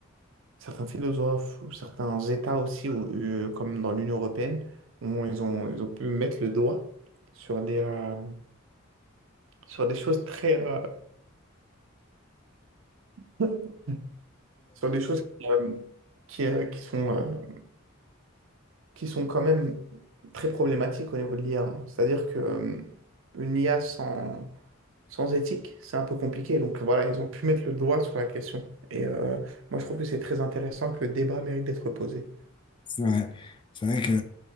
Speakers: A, on the right (about 65°); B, on the left (about 25°).
A: certains philosophes ou certains États aussi, ou, euh, comme dans l'Union européenne, où ils ont, ils ont pu mettre le doigt sur des, euh, sur des choses très, euh, <laughs> sur des choses qui, euh, qui, euh, qui sont, euh, qui sont quand même très problématiques au niveau de l'IA. hein. C'est-à-dire que euh, une IA sans, sans éthique, c'est un peu compliqué. Donc voilà, ils ont pu mettre le doigt sur la question. Et euh, moi, je trouve que c'est très intéressant que le débat mérite d'être posé.
B: C'est vrai. C'est vrai que